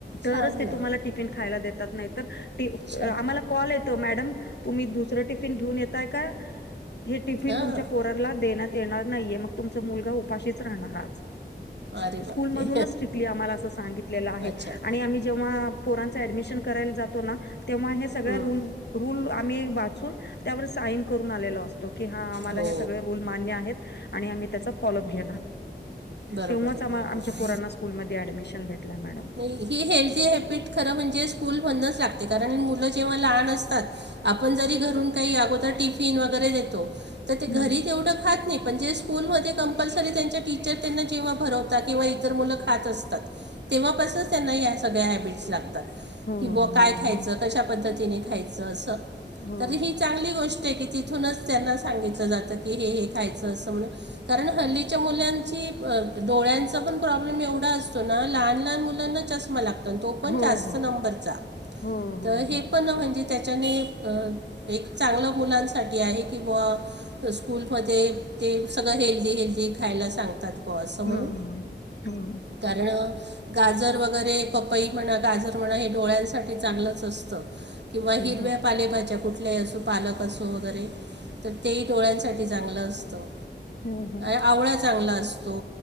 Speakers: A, on the left; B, on the right.
A: तर
B: छान ना
A: तुम्हाला टफ खायेतात आम.
B: छान
A: कॉल य मॅडम तुम्ही दुसर टिफिन घेऊन यताय का. हे टिफिन
B: हां
A: तुमच्या पोररला देण्यात येणार नाहीये मग तुमचा मुलगा उपाशीच राहणारज.
B: अरे
A: स्कूलमधूनच
B: बापरे
A: स्ट्रिकली आम्हाला असं सांगितलेलं आहे
B: अच्छा
A: आणि आम्ही जेव्हा. ोरां ऍडमिशन करायला जातो ना तेव्हा हे सगळ
B: हं.
A: र रल आम्ही. <unintelligible>
B: हो
A: मान्य आहेत आणि आम्ही त्याचा फॉलोअप घेणार आह.
B: बरोबर
A: तेव्हाच
B: आहे
A: आम्हा
B: बरोबर
A: आमच्या
B: आहे
A: पुराना स्कूलमध्ये ऍडमिशन भेटलाय मॅडम.
B: नाही ही हेल्दीी हॅबिट खरं म्हणजे स्कूल बनणच लागते कारण मुलं जेव्हा लहान असतात. आपण जरी घरून काही अगोदर टिफिन वगैरे देतो. तर ते घरी
A: हम्म
B: तेवढं खात नाही पण जे स्कूलमध्ये कंपल्सरी त्यांच्या टीचर. त्यांना जेव्हा भरवतात किंवा इतर मुलं खात असतात. तेव्हापासूनच त्यांना या सगळ्या हॅबिट्स लागतात.
A: हो
B: कि ब काय
A: हो
B: खायचं
A: हो
B: कशा पद्धतीने खायचं अस
A: हो
B: तर ही चांगली गोष्ट. की तिथूनच त्यांना सांगितलं जातं की हे खायचं असं म्हण. कारण हल्लीच्या मुलांची. डोळ्यांचा पण प्रॉब्लेम एवढा असतो ना लहान लहान मुलांना चष्मा लागतो. तो
A: हो
B: पण जास्त
A: हो
B: नंबरचा
A: हो हो
B: त हे
A: हो
B: पण म्हणजे.. त्याच्याने एक चांगलं मुलांसाठी आहे कि बुवा.. त स्कूलमध्ये ते सगळं हेल्दी हेल्दी खायला सांगतात.. बस म्हणू
A: हा हा हो
B: कारण.. गाजर वगैरे पपई म्हणा गाजर म्हणा हे डोळ्यांसाठी चांगलंच असतं.. किंवा हिरव्या
A: हो हो
B: पालेभाज्या कुठल्याही असो पालक असो वगैरे.. तर तेही डोळ्यांसाठी चांगलं असतं..
A: हो हो
B: आवळा चांगला असतो